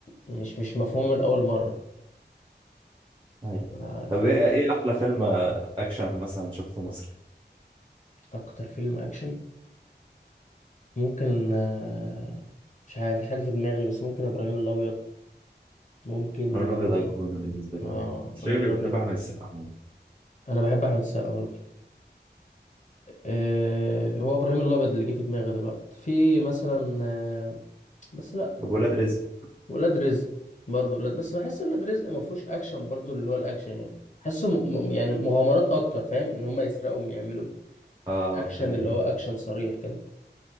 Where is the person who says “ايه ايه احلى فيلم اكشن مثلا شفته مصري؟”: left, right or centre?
Right